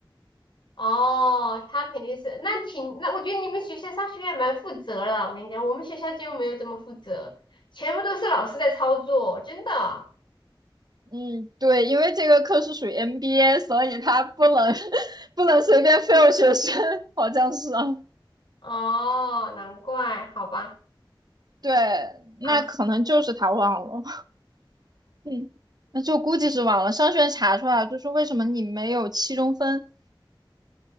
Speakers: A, on the left (about 65°); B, on the right (about 50°).
A: 哦，他肯定是，那挺，那我觉得你们学校商学院蛮负责了。我跟你讲，我们学校就没有这么负责，全部都是老师在操作，真的。
B: 嗯，对，因为这个课是属于 MBA，所以他不能 <laughs> 不能随便 fail 学生，好像是啊。
A: 哦，难怪，好吧。
B: 对，那可能就是他忘了，
A: 啊，
B: <laughs> 嗯，那就估计是忘了。商学院查出来了，就是为什么你没有期中分？